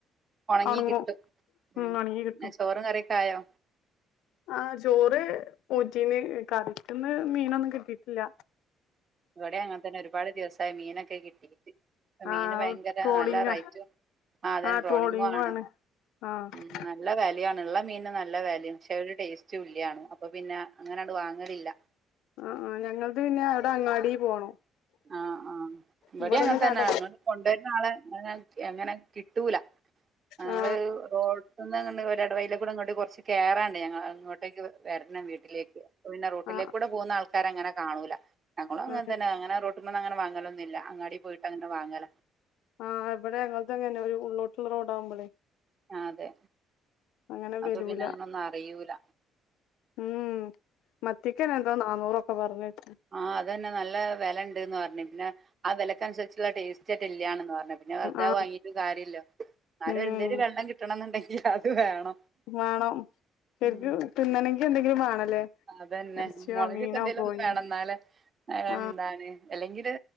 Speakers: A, on the right; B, on the left.
A: ഉണങ്ങി
B: ഒണങ്ങും
A: കിട്ടും ഉം
B: ഒണങ്ങി കിട്ടും
A: എന്ന ചോറും കറിക്കായോ
B: ആഹ് ചോറ് ഓറ്റീന്ന് കറിക്കന്ന് മീനൊന്നും കിട്ടിട്ടില്ല
A: ഇവിടെ ങ്ങനെ തന്നെ ഒരുപാട് ദിവസമായ മീനൊക്കെ കിട്ടിയിട്ട് ഇപ്പ മീന്
B: ആഹ്
A: ഭയങ്കര
B: ട്രോളിങ്ങാ
A: നല്ല റൈറ്റും ആതന്
B: ആഹ്
A: ട്രോളിങ്ങും
B: ട്രോളിങ്ങു
A: ആണ്
B: ആഹ്
A: ഉം നല്ല വാലിയ ആണ് ഉള്ള മീന നല്ല വാലി പക്ഷെ അവര് ടേസ്റ്റ് ഇല് ആണ് അപ്പൊ പിന്നെ അങ്ങനണ്ട് വാങ്ങലില്ല
B: ആഹ് ആഹ് ഞങ്ങത് പിന്നെ അവിടെ അങ്ങാടി പോണം
A: ആഹ് ആഹ് ഇവിടി
B: ഇവിടെന്ന്
A: അങ്ങനെ തന്നെ
B: കട
A: ങ്ങൾ കൊണ്ടുവരുന്ന ആളെ എങ്ങനെ കിട്ടൂല ഞങ്ങൾ
B: ആ
A: റോഡ ഒന്നും അങ്ങ ഒര് ഇടവയില കൂടെ ഇങ്ങോട്ട് കുറച്ച് കേറാണ്ട് ഞങ്ങൾ അങ്ങോട്ടേക്ക് വരണം വീട്ടിലേക്ക് പിന്നെ റോട്ടിലേകൂടെ
B: ആ
A: പോകുന്ന ആൾക്കാര അങ്ങനെ കാണൂല ഞങ്ങളും അങ്ങൻ
B: ആ
A: തന്നെ അങ്ങനെ റോട്ടിമന്ന് അങ്ങനെ വാങ്ങലൊന്നുമില്ല അങ്ങാടി പോയിട്ട് അങ്ങനെ വാങ്ങലാ
B: ആഹ് ഇവിടെ ഞങ്ങൾതും അങ്ങനെ ഒരു ഉള്ളോട്ടുള്ള റോഡ ആകുമ്പോളേ
A: അതെ
B: അങ്ങനെ
A: അപ്പൊ
B: വരൂല
A: പിന്നെ അങ്ങനെ ഒന്നും അറിയൂല
B: ഉം മത്തിക്കന്നെ എന്തോ നാന്നൂറ ഒക്കെ പറഞ്ഞട്ടീണി
A: ആഹ് അതന്നെ നല്ല വെലണ്ട്ന്ന് പർഞ്ഞു പിന്നെ ആ വിലക്ക അനുസരിച്ചുള്ള ടേസ്റ്ററ്റെ ഇല്യാണന്ന് പറഞ്ഞ പിന്നെ വെറുത
B: ആ
A: വാങ്ങീയിട്ട് കാര്യല്ല എന്നാലും
B: ഉം
A: എന്തേരു വെള്ളം കിട്ടണന്നുണ്ടെങ്കിൽ അത് വേണം
B: വേണം ശരിക്കും
A: ഉം
B: തിന്നണെങ്കിൽ എന്തെങ്കിലും വേണല്ലേ
A: അതന്നെ
B: ഇറച്ചിയോ
A: മുളകിട്ട
B: മീനോ
A: എന്തേലും
B: കോഴിയോ
A: ഒന്നും വേണം എന്നലെ അ
B: ആ
A: എന്താണ് അല്ലെങ്കില്